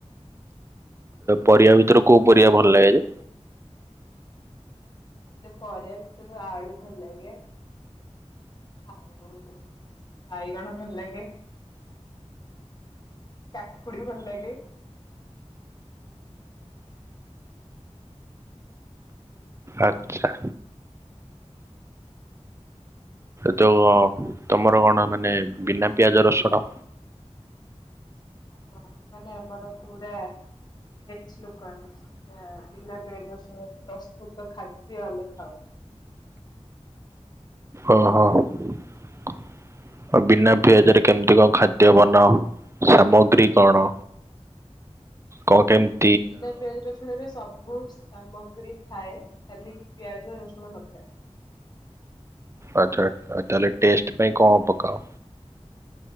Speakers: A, on the right; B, on the left.
A: ପରିବା ଭିତରୁ କୋଉ ପରିବା ଭଲ ଲାଗେ ଯେ?
B: ସେ ପରିବା ଭିତରୁ ଆଳୁ ଭଲ ଲାଗେ। ଆଉ ବାଇଗଣ ଭଲ ଲାଗେ। କାକୁଡି ଭଲ ଲାଗେ।
A: ଆଛା। ଯୋଉ ତମର କଣ ମାନେ ବିନା ପିଆଜ ରସୁଣ?
B: ହଁ ମାନେ ମୋର ପୁରା ଭେଜ ଲୋକ ଆମେ ବିନା ପିଆଜ ରସୁଣରେ ପ୍ରସ୍ତୁତ ଖାଦ୍ୟ ଆମେ ଖାଉ।
A: ଓହୋ ଆଉ ବିନା ପିଆଜରେ କେମତି କଣ ଖାଦ୍ୟ ବନା ହୁଏ? ସାମଗ୍ରୀ କଣ କଣ କେମତି?
B: ବିିଲା ପିଆଜ ରସୁଣ ରେ ସବୁ ସାମଗ୍ରୀ ଥାଏ ଖାଲି ପିଆଜ ରସୁଣ ନଥାଏ।
A: ଆଛା ତାହେଲେ ଟେଷ୍ଟ ପାଇଁ କଣ ପକାଅ?